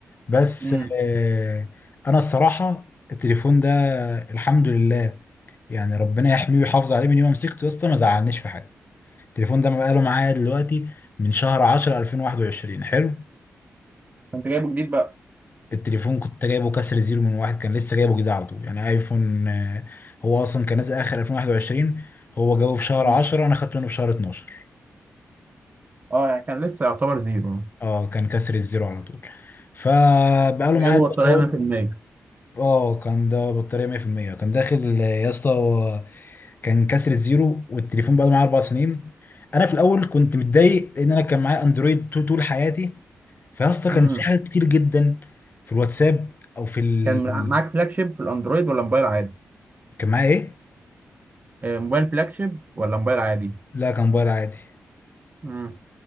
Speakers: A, on the left; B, on the right.
A: بس
B: امم
A: آه انا الصراحه التليفون ده الحمد لله يعني ربنا يحميه ويحافظ عليه من يوم ما مسكته يا اسطى ما زعلنيش في حاجه التليفون ده بقاله معايا دلوقتي من شهر 10 2021 حلو
B: كنت جايبه جديد بقى
A: التليفون كنت جايبه كسر زيرو من واحد كان لسه جايبه جديد على طول يعني ايفون آه، هو اصلا كان نازل اخر 2021 هو جابه في شهر
B: مم.
A: 10 انا خدته منه في شهر 12
B: اه يعني كان لسه يعتبر زيرو
A: اه كان كسر الزيرو على طول فبقاله
B: جايبه
A: معايا
B: بطارية
A: دلوقتي اهو
B: 100%
A: اه كان ده بطارية 100% كان داخل آه، يا اسطى هو كان كسر الزيرو والتليفون بقاله معايا اربع سنين انا في الاول كنت متضايق لان انا كان معايا اندرويد طول طول حياتي فيا اسطى
B: امم
A: كان في حاجات كتير جدا في الواتساب او في ال...
B: كان معاك فلاج شيب في الأندرويد ولا موبايل عادي؟
A: كان معايا ايه
B: آه، موبايل فلاج شيب ولا موبايل عادي؟
A: لا كان موبايل عادي
B: امم